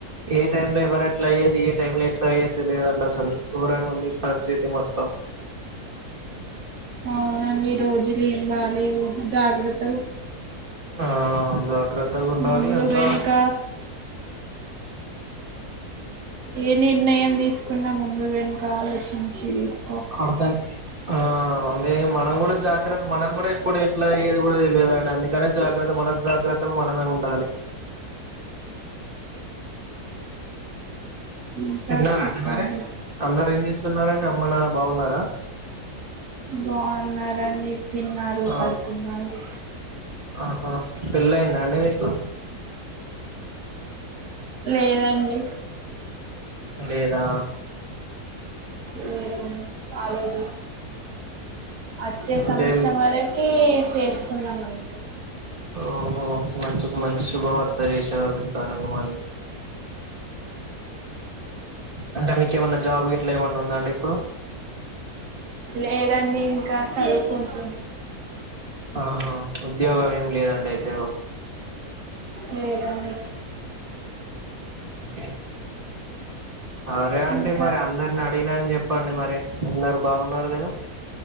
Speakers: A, on the right; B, on the right.
A: ఏ టైమ్ లో ఎవరే ఎట్లా అయ్యేది ఏ టైం లో ఎట్లా అయ్యేది తెలిదండి అసలు గోరంగా ఉంది పరిస్థితి మొత్తం
B: అవునండి రోజులు ఏం బాగాలేవు జాగ్రత్త
A: ఆ జాగ్రత్తగా ఉండాలి
B: ముందు
A: అంతా
B: వెనుక ఏ నిర్ణయం తీసుకున్నా ముందు వెనుక ఆలోచించి తీసు
A: ఆ గానీ ఆ అదే మనం కూడా జాగ్రత్త మనం కూడా ఇప్పుడు ఇట్లా ఏది కూడా తెలియదుండి అందుక నే జాగ్రత్త మన జాగ్రత్తలు మనమే ఉండాలి
B: ఇంకా
A: తిన్నారా
B: చెప్పండి
A: అండి మరి అందరు ఏం చేస్తున్నారండి అమ్మ నాన్న బాగున్నారా
B: బాగున్నారండి తిన్నారు
A: ఆ
B: పడుకున్నారు
A: ఆహా పెళ్ళ అయిందా అండి మీకు
B: లేదండి
A: లేదా
B: లేదు కాలేదు వచ్చే
A: అంటే
B: సంవత్సరం వర కి చేస్తున్నామండి
A: ఓహో మంచికు మంచి శుభవార్త చేసినారు అంత మరి అంటే మీకు ఏమన్నా జాబ్ ఇట్లా ఏమైన్నా ఉందా అండి ఇప్పుడు
B: లేదు అండి ఇంకా చదువుకుంటున్నా
A: ఆహా ఉద్యోగం ఏమి లేదండి అయితే ఓకే
B: లేదండి
A: ఏ సరే అండి
B: ఇంకా
A: మరి అందరిని అడిగినని చెప్పండి మరి అందరు బాగున్నారు కదా